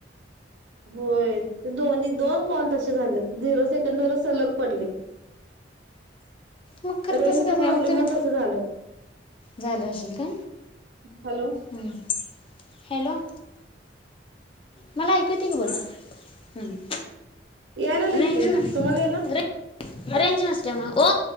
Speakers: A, on the right; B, on the left.
A: होय दोन-दोन कॉल तसे झाले. झिरो सेकंड वरच सलग पडले.
B: मग खरं
A: रेंज
B: तसं कसं
A: प्रॉब्लेममुळे
B: काय मग तुम्ही
A: तस झालं.
B: झालं असेल का
A: हॅलो
B: हम्. हॅलो. मला ऐकू येतय की बोला हम्म.
A: याय लागलंय
B: रेंज
A: की
B: ने
A: तुम्हाला येईना
B: रेंज नसते मूळ ओ.